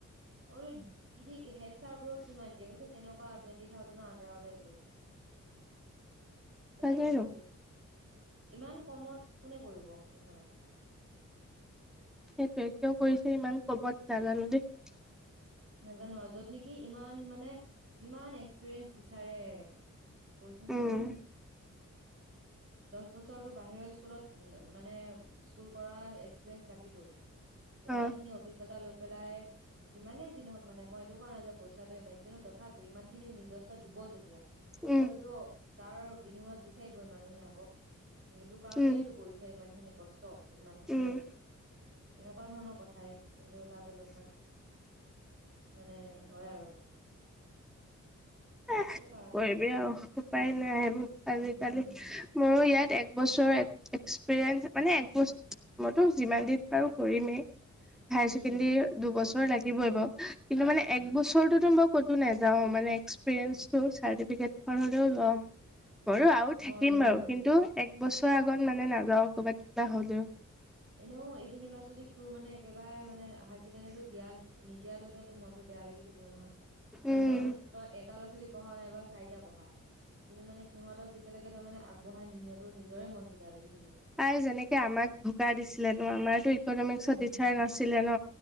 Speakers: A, on the right (about 45°); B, in the centre.
A: মই বোলো কি ঠিক হেড চাৰ বোৰক কিমান দিয়ে কৈছে। তেনেকুৱা টুৱেণ্টি থাউজেণৰ আডাৰতে দিয়ে। তেনেকে
B: তাকেইতো
A: কৈছে। ইমান কমত কোনে কৰিব সেইখনত।
B: সেইটোৱে কিয় কৰিছে ইমান কমত নাজানো দেই।
A: নাজানো যত নেকি। ইমান মানে কিমান এক্সপিৰিয়েঞ্চ বিচাৰে কৈছো। নহয়
B: উম
A: দহ বছৰতো বাহিৰৰ স্কুল। অম মানে স্কুল কৰা এক্সপিৰিয়েঞ্চ লাগিবই। ইমান
B: অ
A: খিনি অভিজ্ঞতা ল। পেলাই যিমানে। যিহওক মান মইটো কৰা নাই যে পইচাটোৱে মেইন। তথাপিও ইমান খিনি নিজস্ব দিব যেতিয়া পইচাটোতো।
B: উম
A: তাৰ বিনিময়ত বিচাৰিবই মানুহে আকৌ। সেইটো কাৰণেই
B: উম
A: তটো কৰিছে ইমান খিনি। কষ্ট ইমান দিনে
B: উম
A: তেনেকুৱা ধৰণৰ কথাই কিন্তু তাত অলপমান মানে হয় আৰু
B: কি
A: সেইটো কাৰণে
B: কৰিবি আৰু উপায় নাই আৰু আজিকালি
A: উম উম
B: মোৰো ইয়াত একবছৰৰ এক্সপিৰিয়েন্ঞ্চ মানে একবছ মইতো যিমান দিন পাৰো কৰিমেই হায়
A: উম
B: ছেকেণ্ডৰী দুবছৰ লাগিবই বাৰু কিন্তু মানে
A: উম
B: এক বছৰৰততো মই ক'তো নাযাও মানে চাৰ্টিফিকট হলেও ল'ম বাৰু আৰু থাকিম
A: অ লৈ
B: বাৰু
A: লবি
B: কিন্তু বছৰ আগত মানে নাযাও ক'ৰবাত কিবা হ'লেও
A: এনেও এইখিনি ল'ৰা ছোৱালীক তোৰ মানে একেবাৰে মানে হায়াৰ ছেকেণ্ডেৰী দিয়া নিদিয়ালৈকে তোৰ মনতটো বেয়া লাগি থাকিব নহয়।
B: উম
A: এজন তই এটা ল'ৰা ছোৱালী পঢ়া নাই বা চাৰিটা পঢ়া কিন্তু মানে সিহঁতক যেতিয়ালৈকে তই মানে আগ বঢ়াই নি নিয়তো নিজৰে মনটো বেয়া লাগি সি কব
B: আই যেনেকে আমাক ধ ধকা দিছিলে ন আমাৰতো ইকনমিক্সৰ
A: উম
B: টিচাৰ
A: উম
B: নাছিলে ন